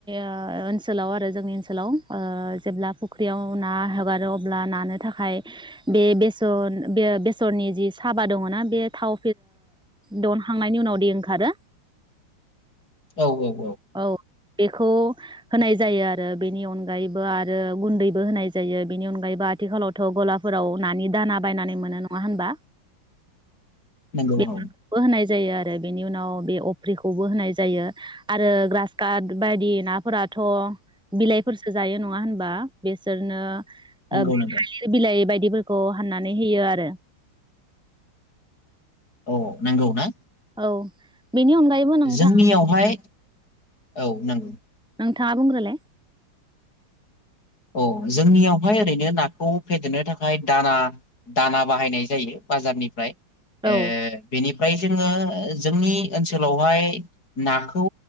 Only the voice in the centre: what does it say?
ओ-ओनसोलाव आरो जोंनि ओनसोलाव ओ जेब्ला फुख्रियाव ना हगारो अब्ला नानो थाखाय बे बेसन बे बेसरनि जि साबा दङना बे थाव दनखांनायनि उनाव दि ओंखारो
औ बेखौ होनाय जायो आरो बेनि अनगायैबो आरो गुन्दैबो होनाय जायो बेनि अनगायैबो आथिखालावथ' गलाफोराव नानि दाना बायनानै मोनो नङा होनबा
बेफोरखौबो
होनाय जायो आरो बेनि उनाव बे अफ्रिखौबो होनाय जायो आरो ग्रास काट बायदि नाफोराथ' बिलाइफोरसो जायो नङा होनबा बेसोरनो
ओ बे
थालिर बिलाइ बायदि बिदिफोरखौ हाननानै होयो आरो
औ बेनि अनगायैबो नोंथां
नोंथाङा बुंग्रोलाय
औ